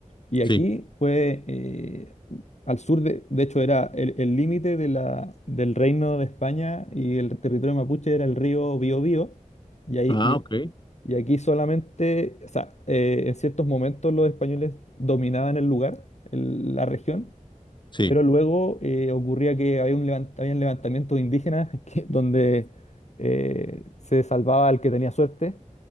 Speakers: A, on the left (about 55°); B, on the left (about 35°).
A: Y aquí
B: sí,
A: fue eh, al sur, de, de hecho, era el el límite de la- del reino de España y el territorio mapuche era el río Biobío. Y, ahí,
B: Ah,
A: y,
B: ok.
A: y aquí solamente, o sea, eh, en ciertos momentos los españoles dominaban el lugar, el- la región
B: sí.
A: pero luego eh, ocurría que había un levant- habían levantamientos indígenas <laughs> que- donde eh, se salvaba el que tenía suerte